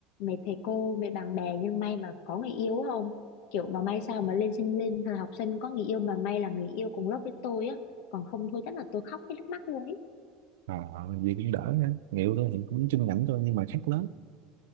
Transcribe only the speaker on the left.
mấy thầy cô mấy bạn bè nhưng may mà có người yêu không kiểu mà may sao mà lên sinh lên thời học sinh có người yêu mà may là người yêu cùng lớp với tôi á còn không thôi chắc là tôi khóc hết nước mắt luôn ấy